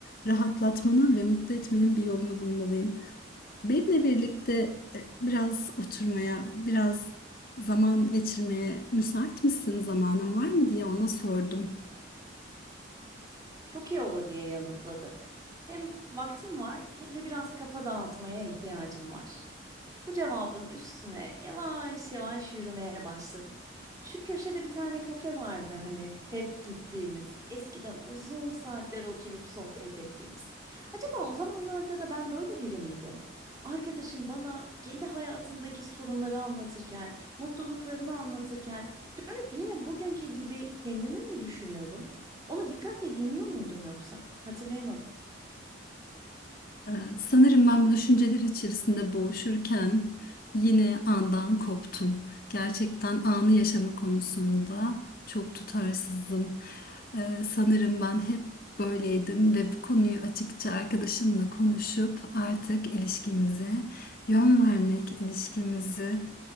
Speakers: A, on the left; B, on the right.
A: rahatlatmanın ve mutlu etmenin bir yolunu bulmalıyım. Benimle birlikte e, biraz oturmaya, biraz zaman geçirmeye müsait misin, zamanın var mı diye ona sordum.
B: Çok iyi olur diye yanıtladı. Hem vaktim var hem de biraz kafa dağıtmaya ihtiyacım var. Bu cevabın üstüne yavaş yavaş yürümeye başladık. Şu köşede bir tane kafe vardı hani hep gittiğimiz, eskiden uzun saatler oturup sohbet ettiğimiz. Acaba o zamanlarda da ben böyle biri miydim? Arkadaşım bana kendi hayatındaki sorunları anlatırken, mutluluklarını anlatırken dönüp yine bugünkü gibi kendimi mi düşünüyordum? Onu dikkatle dinliyor muydum yoksa? Hatırlayamadım.
A: Ee, Sanırım ben bu düşünceler içerisinde boğuşurken yine andan koptum. Gerçekten anı yaşama konusunda çok tutarsızım. Ee, sanırım ben hep böyleydim ve bu konuyu açıkça arkadaşımla konuşup artık ilişkimize yön vermek, ilişkimizi